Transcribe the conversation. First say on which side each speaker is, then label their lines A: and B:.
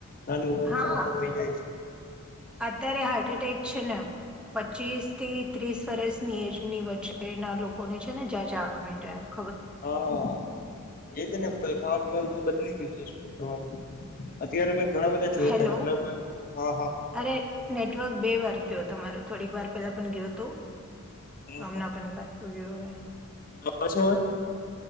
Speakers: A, on the left; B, in the centre.
A: નાની <unintelligible>
B: હા અત્યારે હારટ અટાક છેષન પચીસ થી ત્રીસ વર્ષની એજની વચ્ચેના લોકોને છે ને જ જાા મ જાય
A: હા હા એજ ને ખાવા પીવાનું બધું બદલી ગયું છે શું કરવાનું અત્યારે મેં ઘણા બધા જોયા
B: હેલો
A: મતલબ મેં હા હા
B: અરે નેટવર્ક બે વાર ગયો તમારો થોડીક વાર પહેલા પણ ગયો તો
A: આવે
B: આમના પણ પાછું કે વ
A: પાછ હોય